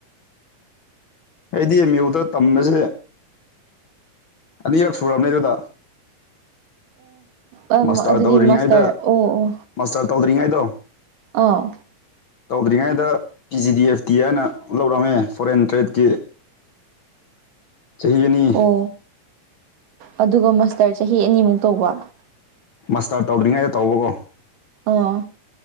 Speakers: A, on the left; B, on the right.
A: ꯑꯩꯗꯤ ꯑꯦꯝ ꯌꯨꯗ ꯇꯝꯕꯁꯦ ꯑꯅꯤꯔꯛ ꯁꯨꯔꯕꯅꯦ ꯑꯗꯨꯗ
B: ꯑꯣ
A: ꯃꯥꯁꯇꯔ
B: ꯑꯗꯨꯗꯤ
A: ꯇꯧꯗ꯭ꯔꯤꯉꯩꯗ
B: ꯃꯥꯁꯇꯔ ꯑꯣ ꯑꯣ
A: ꯃꯥꯁꯇꯔ ꯇꯧꯗ꯭ꯔꯤꯉꯩꯗꯣ
B: ꯑꯥ
A: ꯇꯧꯗ꯭ꯔꯤꯉꯩꯗ P G D F T ꯍꯥꯏꯅ ꯂꯧꯔꯝꯃꯦ ꯐꯣꯔꯦꯟ ꯇ꯭ꯔꯦꯠꯀꯤ ꯆꯍꯤ ꯑꯅꯤ
B: ꯑꯣ ꯑꯗꯨꯒ ꯃꯁꯇꯔ ꯆꯍꯤ ꯑꯅꯤꯃꯨꯛ ꯇꯧꯕ
A: ꯃꯥꯁꯇꯔ ꯇꯧꯗ꯭ꯔꯤꯉꯩꯗ ꯇꯧꯕꯀꯣ
B: ꯑꯣ